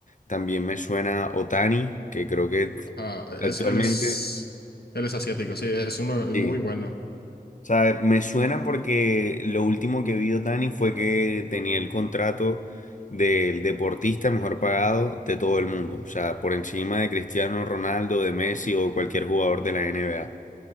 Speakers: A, on the left; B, on the left.
A: También me suena Otani, que creo que
B: Ah,
A: actualmente,
B: es, él es, él es asiático, sí, es uno es
A: sí,
B: muy bueno.
A: o sea, me suena porque lo último que vio Dani fue que tenía el contrato del deportista mejor pagado de todo el mundo. O sea, por encima de Cristiano Ronaldo, de Messi o cualquier jugador de la NBA.